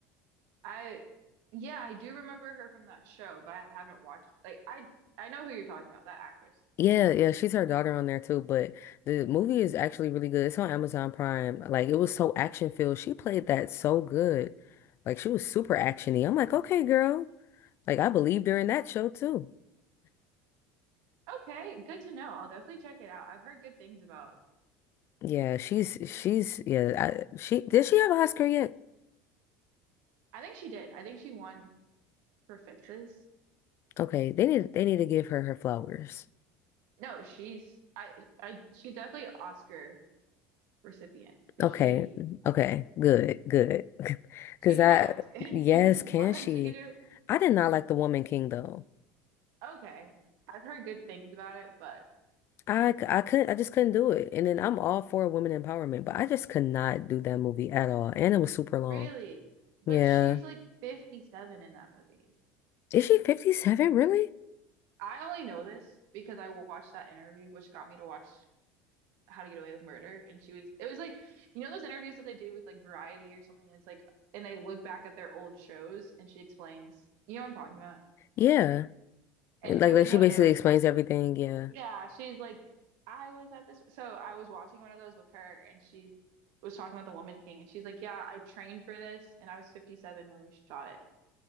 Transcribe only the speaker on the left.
Yeah, yeah, she's her daughter on there too, but the movie is actually really good. It's on Amazon Prime. Like it was so action filled. She played that so good. Like she was super actiony. I'm like, okay, girl. Like I believed her in that show too.
Yeah, she's she's yeah, I, she did she have an Oscar yet?
Okay, they need they need to give her her flowers.
Okay.
Okay. Good. Good. <laughs> Because
I
yes, can
she?
I did not like The Woman King though.
I, c- I couldn't I just couldn't do it. And then I'm all for women empowerment, but I just could not do that movie at all. And it was super
long.
Yeah.
Is she 57 really?
Yeah.
And,
Like like
she
basically
explains
everything, yeah.